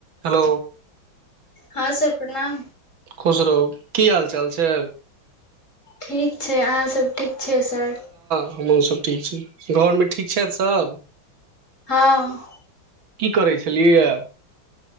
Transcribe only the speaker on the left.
हँ sir प्रणाम
ठीक छै अहाँसभ ठीक छियै सर
हँ